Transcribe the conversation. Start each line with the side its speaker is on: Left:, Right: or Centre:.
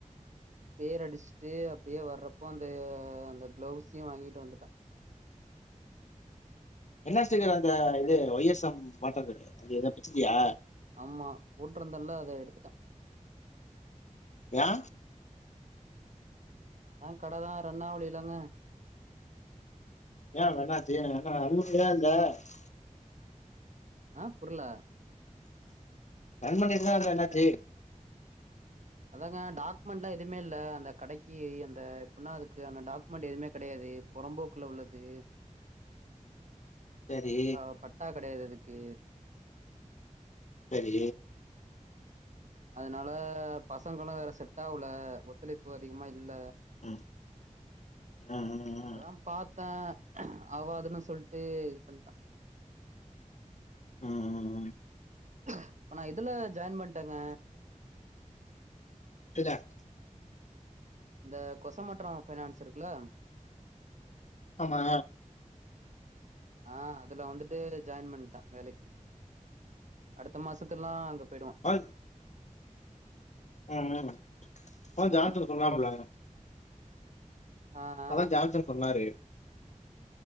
Right: பேர் அடிச்சுட்டு அப்டியே வர்றப்போ அந்த அந்த க்ளௌஸ்ஸயு வாங்கிட்டு வந்துட்ட
Left: என்ன ஸ்டிக்கர அந்த இது ஒய் எஸ் எம் மாட்ட அது எத பிச்சிட்டியா
Right: ஆமா போட்ருந்தல்ல அத எடுத்துட்ட
Left: யா
Right: ஆ கடதா ரண்ணாவுலிலங்க
Left: ஏ என்ன ஆச்சு <unintelligible>
Right: ஆ புர்ல
Left: ரன் பண்ணிட்டு தா இருக்கே அன்னாச்சி
Right: அதாங்க டாக்குமெண்ட்ல்லா எதுமே இல்ல அந்த கடைக்கி அந்த எப்புண்ணா அதுக்கான டாக்குமெண்ட் எதுமே கடையாது பொறம்போக்குல உள்ளது
Left: சரி
Right: ஆ பட்டா கெடையாது அதுக்கு
Left: செரி
Right: அதனால பசங்களு வேற செட் ஆகல ஒத்துழைப்பு அதிகமா இல்ல
Left: ம் ம் ம் ம்
Right: அதா பாத்தே ஆவாதுன்னு சொல்ட்டு இது பண்ட்ட
Left: ம் ம் ம்
Right: இப்ப நா இதுல ஜாயின் பண்டங்க
Left: <unintelligible>
Right: இந்த கொசமற்றோ ஃபினான்ஸ் இருக்குல்ல
Left: ஆமா
Right: ஆ அதுல வந்துட்டு ஜாயின் பண்ட்டா வேலைக்கி அடுத்த மாசத்துல்லா அங்க போய்டுவோ
Left: ஆ ம் ம் அதா
Right: என்னங்க?
Left: ஜாம்சன் சொன்னாப்புல
Right: ஆ ஆ
Left: அதா ஜாம்சன் சொன்னாரு